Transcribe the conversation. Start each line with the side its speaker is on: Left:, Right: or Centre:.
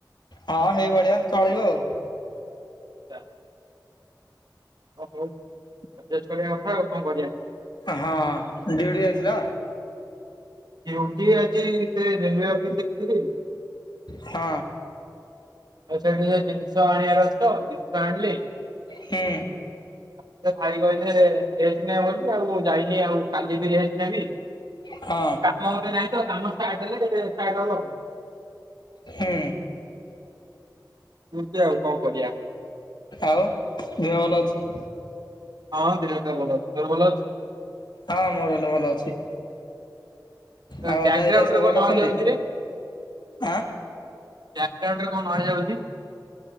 Left: ହଁ ହେଇ ଭଳିଆ ଚଳିବ ଆଉ।
Right: ତା ହ ହଉ ଆଡଜେଷ୍ଟ କରିବା କଥା ଆଉ କଁ କରିଆ।
Left: ହଁ ଡିଉଟି ଯାଇଥିଲ।
Right: ଡିଉଟି ଆଜି ସେ ରେଲୱେ ଅଫିସିରେ ଥିଲି।
Left: ହଁ।
Right: ଆଉ ସେଉଠୁ ଯୋଉ ଜିନିଷ ଆଣିବାର ଅଛି ତ ଜିନିଷ ଆଣିଲି।
Left: ହୁଁ
Right: ସେ ଭାଇ କହିଲେ ରେଷ୍ଟ ନେ ବୋଲି ଆଉ ଯାଇନି ଆଉ କାଲି ବି ରେଷ୍ଟ ନେବି।
Left: ହଁ
Right: କାମ ଏବେ ନାହିଁ ତ କାମ ଷ୍ଟାର୍ଟ ହେଲେ <unintelligible>
Left: ହୁଁ।
Right: <unintelligible> ଆଉ କଣ କରିଆ?
Left: ଆଉ ଦିହ ଭଲ ଅଛି?
Right: ହଁ ଦିହ ତ ଭଲ ଅଛି। ତୋର ଭଲ ଅଛି?
Left: ହଁ ମୋର ହେଲେ ଭଲ ଅଛି।
Right: ଅଁ
Left: ଆଉ
Right: ବ୍ୟାଗ୍ରାଉଣ୍ଡରେ
Left: ଅଜା ହେରିକା ସବୁ ଭଲ
Right: କଣ
Left: ଅଛନ୍ତି?
Right: ନ ଯାଉଚିରେ
Left: ଆଁ
Right: ବ୍ୟାଗ୍ରାଉଣ୍ଡ୍ ରେ କଣ ନଏଜ୍ ଆଉଚି?